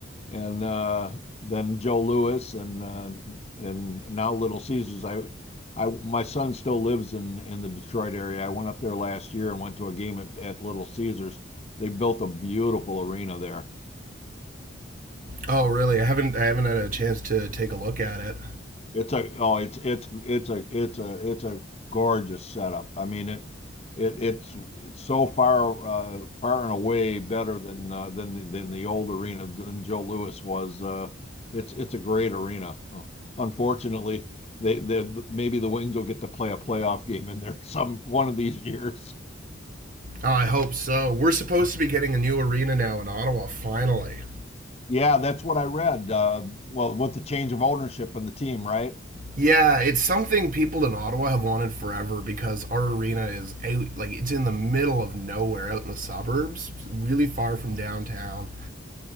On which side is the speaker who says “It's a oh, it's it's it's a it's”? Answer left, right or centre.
Left